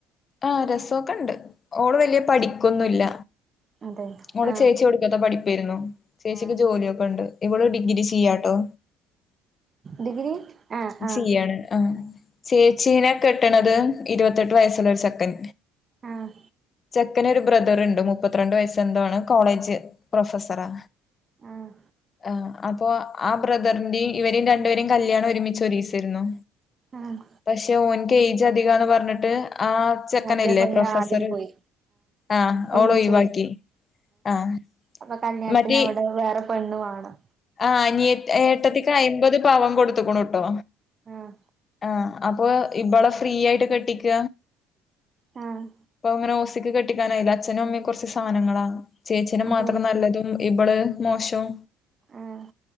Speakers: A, on the left (about 40°); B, on the right (about 40°).
A: ആഹ് രസൊക്കെണ്ട് ഓള് വലിയ പഠിക്കൊന്നുമില്ല
B: അതെ
A: ഓള്
B: ആഹ്
A: ചേച്ചി പഠി ഒടുക്കത്തെ പഠിപ്പിയായിരുന്നു ചേച്ചിക്ക്
B: ആഹ്
A: ജോലിയൊക്കെണ്ട് ഇവള് ഡിഗ്രി ചെയ്യാട്ടോ.
B: ഡിഗ്രി ആഹ് ആഹ്
A: ചെയ്യാണ് ആഹ് ചേച്ചീനെ കെട്ടണത് ഇരുപത്തെട്ട് വയസ്സുള്ള ഒരു ചെക്കൻ.
B: ആഹ്
A: ചെക് ചെക്കനൊരു ബ്രദറുണ്ട് മുപ്പത്തി രണ്ട് വയസ്സ് എന്തോ ആണ് കോളേജ് പ്രൊഫസറാ.
B: ആഹ്
A: ആഹ് അപ്പൊ ആ ബ്രദറിന്റെയും ഇവരെയും രണ്ടുപേരയും കല്യാണം ഒരുമി ച്ചൊഒരീസായിരിന്നു.
B: ആണോ?
A: പക്ഷെ ഓൻക്ക് ഏജ് അധികാന്ന് പറഞ്ഞിട്ട് ആഹ് ചെക്കനില്ലേ
B: മറ്റേ പെണ്ണ്
A: പ്രൊഫസർ
B: ആദ്യം പോയി
A: ആഹ്
B: ഒന്നിച്ചു
A: ഓളെ ഒഴിവാക്കി
B: പോയി
A: ആഹ്
B: അപ്പൊ കല്യാണത്തിന്
A: മറ്റേ
B: അവിടെ വേറെ പെണ്ണുവേണം.
A: ആഹ് അനിയ ഏട്ടത്തിക്ക് അയിമ്പത് പവൻ കൊടുത്തുക്കുണുട്ടോ
B: ആഹ്
A: ആഹ്. അപ്പൊ ഇബളെ ഫ്രീ ആയിട്ട് കെട്ടിക്ക
B: ആഹ്
A: അപ്പൊ അങ്ങനെ ഓസി കെട്ടിക്കാനായില്ല അഛനും അമ്മയും കൊറ്ച്ച് സാനങ്ങള ചേച്ചനും
B: അതെ
A: മാത്രം നല്ലത് ഇബള് മോശ്വം
B: ആഹ്